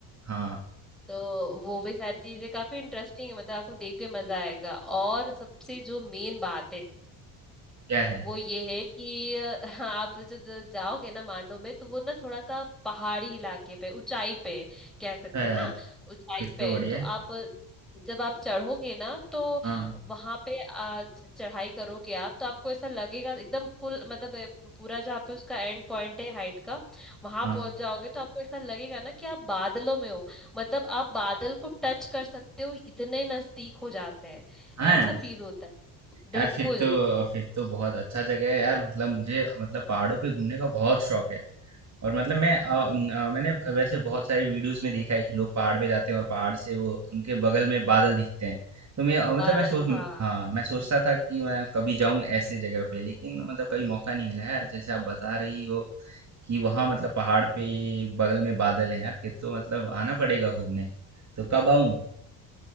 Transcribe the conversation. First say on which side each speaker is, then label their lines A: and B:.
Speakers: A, on the right; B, in the centre.
A: हाँ
B: तो वो भी सारी चीजें काफी इंटरेस्टिंग है मतलब आपको देख के मजा आएगा और सबसे जो मेन बात है
A: क्या है
B: वो ये है कि <laughs> अ, हाँ, आप जब जाओगे ना मांडो में तो वो ना थोड़ा सा पहाड़ी इलाके पे ऊंचाई पे कह सकते
A: अच्छा
B: हैं
A: यार
B: ना ऊंचाई
A: फिर
B: पे
A: तो बढ़िया
B: तो
A: है
B: आप जब आप चढ़ोगे ना तो
A: हाँ
B: वहां पे आ, चढ़ाई करोगे आप तो आपको ऐसा लगेगा एकदम फुल मतलब ए, पूरा जहाँ पे उसका एंड पॉइंट है हाइट का वहां
A: हाँ
B: पहुंच जाओगे तो आपको ऐसा लगेगा ना कि आप बादलों में हो मतलब आप बादल को टच कर सकते हो इतने नजदीक हो जाते हैं
A: हाँ
B: ऐसा फील होता है बिल्कुल
A: यार फिर तो फिर तो बहुत अच्छा जगह है यार मतलब मुझे मतलब पहाड़ों पे घूमने का बहुत शौक है और मतलब मैं अ, न- अ, मैंने वैसे बहुत सारी वीडियोस में देखा है कि लोग पहाड़ पे जाते हैं और पहाड़ से वो उनके बगल में बादल दिखते हैं तो मैं अ, मतलब
B: बादल
A: मैं सोच
B: हाँ
A: हाँ मैं सोचता था कि मैं कभी जाऊं ऐसे जगह पे लेकिन मतलब कभी मौका नहीं मिला है यार जैसे आप बता रही हो कि वहां मतलब पहाड़ पे बगल में बादल है यार फिर तो मतलब आना पड़ेगा घूमने तो कब आऊं